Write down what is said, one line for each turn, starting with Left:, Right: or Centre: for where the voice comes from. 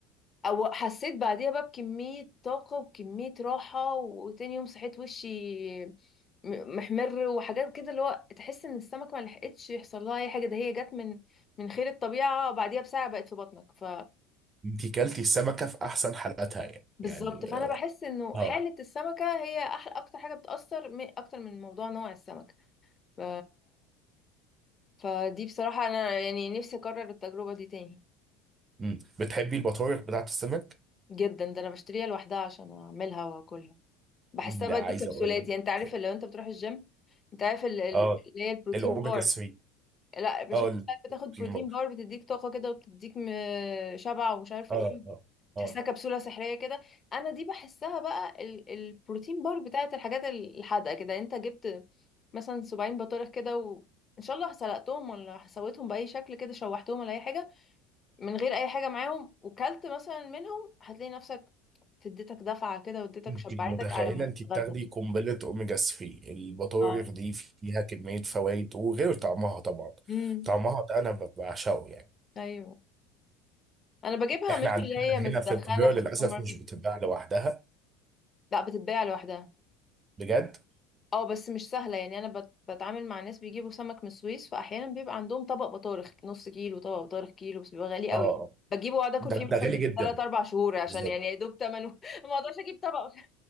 Left: او حسيت بعديها بقى بكمية طاقة وكمية راحة وتاني يوم صحيت وشي م- محمر وحاجات كده اللي هو تحس ان السمك ما لحقتش يحصل لها اي حاجة ده هي جت من من خير الطبيعة بعديها بساعة بقت في بطنك ف
Right: انت كلتي السمكة في احسن حالاتها يعني
Left: بالظبط
Right: يعني
Left: فانا بحس انه
Right: اه
Left: حالة السمكة هي احلى اكتر حاجة بتأثر م- اكتر من موضوع نوع السمكة ف... فدي بصراحة انا يعني نفسي اكرر التجربة دي تاني
Right: امم بتحبي البطاريق بتاعت السمك
Left: جدا ده انا بشتريها لوحدها عشان اعملها واكلها بحسها
Right: ده
Left: بقى
Right: عايز
Left: دي كبسولات
Right: اقول
Left: يعني انت عارف
Right: لك
Left: لو انت بتروح الجيم انت عارف ال- ال-
Right: اه
Left: اللي هي البروتين
Right: الاوميجا
Left: بار
Right: 3
Left: لا مش
Right: اه
Left: انت ساعات
Right: البروتين
Left: بتاخد بروتين
Right: بار.
Left: بار بتديك طاقة كده وبتديك م- شبع ومش عارفة
Right: اه
Left: ايه
Right: اه
Left: تحسها
Right: اه
Left: كبسولة سحرية كده انا دي بحسها بقى ال- البروتين بار بتاعت الحاجات الحادقة كده يعني انت جبت مثلا 70 بطارخ كده وان شاء الله سلقتهم ولا سويتهم بأي شكل كده شوحتهم ولا اي حاجة من غير اي حاجة معاهم وكلت مثلا منهم هتلاقي نفسك اديتك دفعة كده واديتك
Right: انت
Left: شبعتك
Right: متخيله
Left: على ما
Right: انت
Left: تتغدى
Right: بتاخدي قنبله اوميجا 3 البطاريق
Left: اه
Right: دي فيها كميه فوائد وغير طعمها طبعا
Left: امم
Right: طعمها ده انا ب- بعشقه يعني
Left: ايوه انا بجيبها
Right: احنا
Left: مش
Right: عندنا
Left: اللي هي متدخنه
Right: هنا في القاهره
Left: في
Right: للاسف
Left: السوبر ماركت
Right: مش بتتباع لوحدها
Left: لا بتتباع لوحدها
Right: بجد
Left: اه بس مش سهله يعني انا بت- بتعامل مع ناس بيجيبوا سمك من السويس فاحيانا بيبقى عندهم طبق بطارخ نص كيلو طبق بطارخ كيلو بس بيبقى غالي
Right: اه
Left: قوي
Right: آه.
Left: بجيبه واقعد اكل
Right: ده
Left: فيه مثلا
Right: ده غالي جدا
Left: ثلاث اربع شهور عشان
Right: بالظبط
Left: يعني يا دوب ثمنه <laughs> ما اقدرش اجيب طبق <laughs>